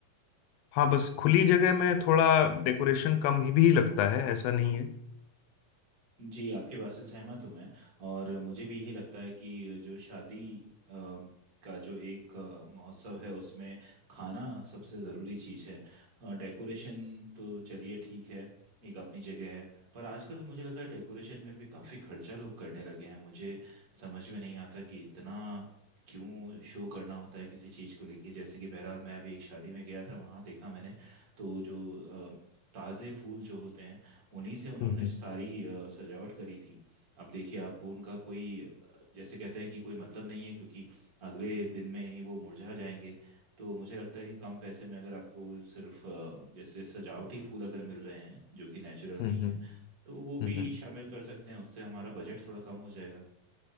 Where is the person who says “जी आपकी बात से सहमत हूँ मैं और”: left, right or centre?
Right